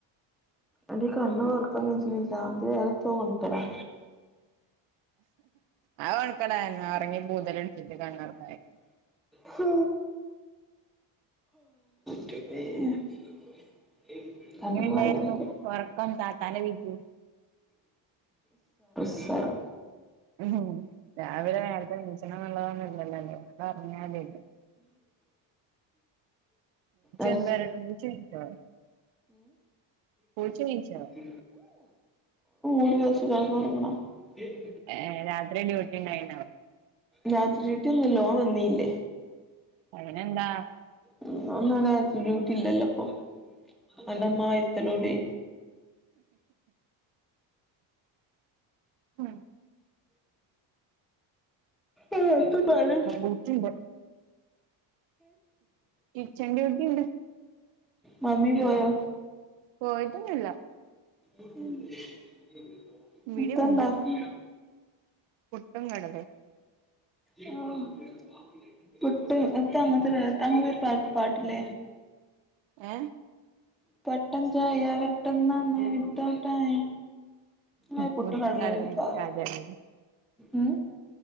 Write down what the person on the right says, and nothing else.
ആ കൊഴക്കട ഒറങ്ങി പൂതലടിച്ചിട്ട് കണ്ണൊറ-
എങ്ങനെ ഇണ്ടായിരുന്നു
ഒറക്കം താത്താന്റെ വീട്ടിൽ
ഉം രാവിലെ നേരത്തെ ഇണീച്ച് <unintelligible> ഒള്ളതൊന്നും ഇല്ലല്ലോല്ലെ പറഞ്ഞാലല്ലെ
എന്തേരം പൂച്ച നീച്ചോ പൂച്ച നീച്ചോ
ഏ രാത്രി ഡ്യൂട്ടി ഉണ്ടായിര്ന്ന?
അതിനെന്താ
ആ
അടുക്കള ഡ്യൂട്ടിണ്ട് കിച്ചൺ ഡൂണ്ടണ്ട്
ഓ ഇതന്നൊല്ല
ഇവിടെയുണ്ട്
പുട്ടും കടല
ഏ
പുട്ടും
കടല
കാജാമ്പേടി